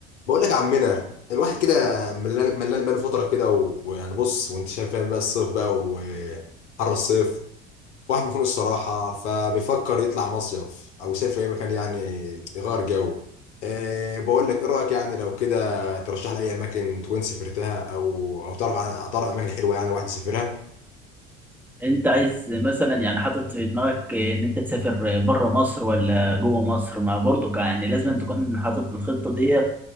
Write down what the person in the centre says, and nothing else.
انت عايز مثلا يعني حاطط في دماغك ان انت تسافر بره مصر ولا جوه مصر ما برضو يعني لازم تكون حاطط الخطة ديت